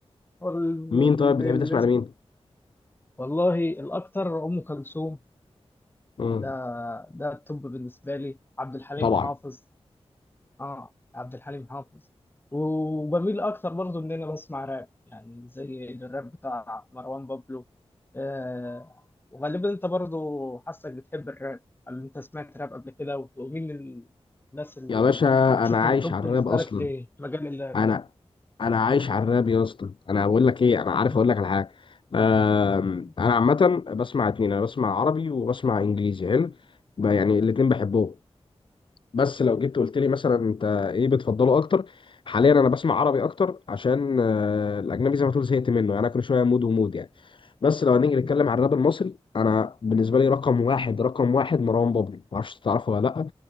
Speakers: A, on the left; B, on the left.
A: وال-
B: مين
A: وال-
B: طيب بتحب
A: الاسم
B: تسمع لمين
A: والله الاكتر ام كلثوم
B: امم
A: ده ده التوب بالنسبه لي عبد الحليم
B: طبعا
A: حافظ اه عبد الحليم حافظ وبميل اكتر برضو ان انا بسمع راب يعني زي الراب بتاع مروان بابلو آه وغالبا انت برضو حاسك بتحب الراب هل انت سمعت راب قبل كده و- ومين الناس اللي
B: يا باشا
A: بتشوفهم
B: انا عايش
A: توب
B: على
A: بالنسبه
B: الراب اصلا
A: لك في مجال الراب
B: انا انا عايش على الراب يا اسطى انا بقول لك ايه انا عارف
A: م-
B: اقول لك على حاجه آم،
A: م-
B: انا عامه بسمع اتنين انا بسمع عربي وبسمع انجليزي حلو ب- يعني الاتنين بحبهم بس لو
A: م-
B: جيت قلت لي مثلا انت ايه بتفضله اكتر حاليا انا بسمع عربي اكتر عشان آه، الاجنبي زي ما تقول زهقت منه يعني انا كل شويه مود ومود يعني بس لو هنيجي
A: م.
B: نتكلم عن الراب المصري انا بالنسبه لي رقم واحد رقم واحد مروان بابلو معرفش تعرفه ولا لا